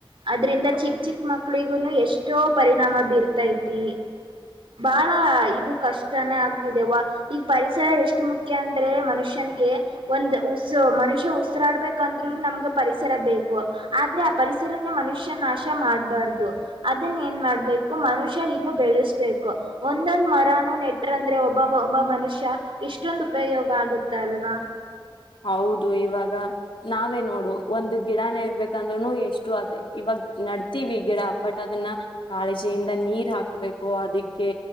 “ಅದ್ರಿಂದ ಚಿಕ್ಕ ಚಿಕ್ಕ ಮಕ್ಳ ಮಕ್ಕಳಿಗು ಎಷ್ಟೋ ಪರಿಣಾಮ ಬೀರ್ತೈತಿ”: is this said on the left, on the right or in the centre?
Right